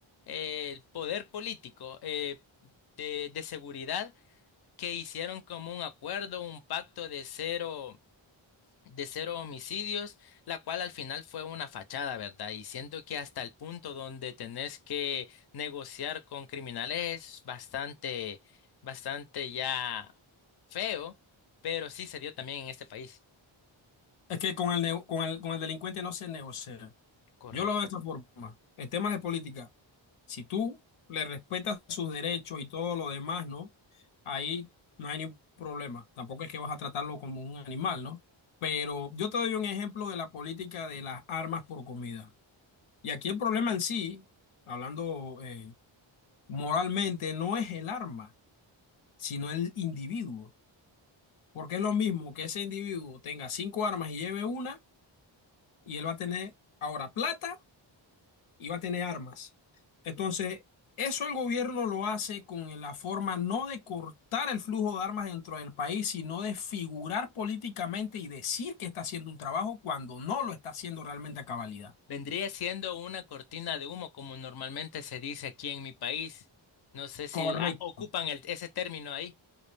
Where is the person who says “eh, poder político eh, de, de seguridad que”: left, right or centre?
Left